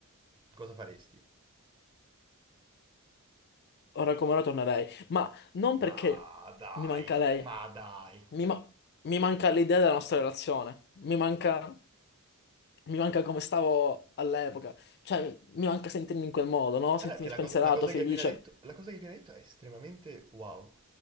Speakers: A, on the right; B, on the left.
A: cosa faresti?
B: Ora come ora tornerei, ma non perché
A: Ma dai,
B: mi manca lei,
A: ma dai.
B: mi, ma- mi manca l'idea della nostra relazione, mi manca... Mi manca come stavo all'epoca, cioè mi manca sentirmi in quel modo, no?
A: Guarda
B: Sentirmi
A: che la
B: spensierato,
A: cosa, la cosa
B: felice,
A: che hai appena detto, la cosa che hai appena detto è estremamente wow.